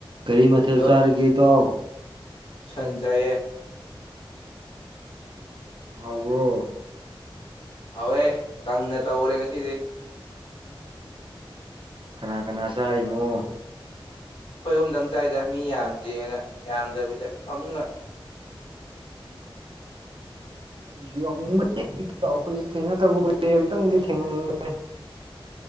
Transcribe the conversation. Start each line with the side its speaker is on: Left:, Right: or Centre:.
Right: ꯀꯔꯤ ꯃꯊꯦꯜ
Left: ꯍꯜꯂꯣ
Right: ꯆꯥꯔꯒꯦ ꯇꯥꯎꯥꯎ
Left: ꯁꯟ ꯆꯥꯏꯌꯦ
Right: ꯍꯧ꯭ꯔ
Left: ꯍꯋꯦ ꯀꯪ ꯅꯦ ꯇ ꯎꯔꯦ ꯉꯁꯤꯗꯤ
Right: ꯀꯅꯥ ꯀꯅꯥ ꯆꯥꯔꯤꯅꯣ
Left: ꯑꯩꯈꯣꯏ ꯑꯨꯝꯗꯪ ꯆꯥꯏꯗ ꯃꯤ ꯌꯥꯝꯗꯦꯅ ꯌꯥꯝꯗꯕꯤꯗ ꯀꯪꯅ
Right: ꯑꯩꯁꯨ ꯌꯥꯎꯅꯤꯡꯕ ꯑꯩꯈꯣꯏꯁꯨ ꯊꯦꯡꯅꯗꯕ ꯀꯨꯏꯦ ꯑꯨꯛꯇꯪꯗꯤ ꯊꯦꯡꯅꯅꯤꯡꯕꯅꯤ <inaudible>